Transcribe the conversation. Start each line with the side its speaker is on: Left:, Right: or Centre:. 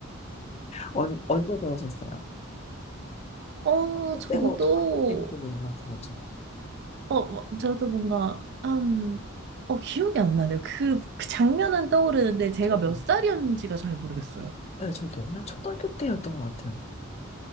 Left: 언, 언제 배우셨어요?
Right: 어
Left: 그때
Right: 저도
Left: 뭐, 초등학교 때 배우는 것 같아요, 저.
Right: 어 뭐, 저도 뭔가 한어 기억이 안 나네요. 그, 그 장면은 떠오르는데 제가
Left: 저도.
Right: 몇 살이었는지가 잘 모르겠어요.
Left: 네, 저도. 한 초등학교 때였던 것 같아요.